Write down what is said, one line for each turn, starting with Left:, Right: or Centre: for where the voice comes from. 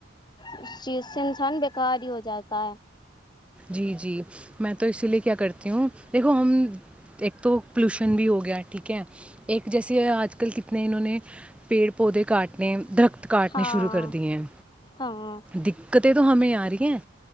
Left: اس چیز سے انسان بیکار ہی ہو جاتا ہے
Centre: جی جی میں تو اسی لیے کیا کرتی ہوں دیکھو ہم ایک تو پولوشن بھی ہو گیا ٹھیک ہے ایک جیسے آج کل کتنے انہوں نے پیڑ پودے کاٹنے درخت کاٹنے
Left: ہاں
Centre: شروع کر دی ہیں
Left: ہاں
Centre: دقتیں تو ہمیں آ رہی ہیں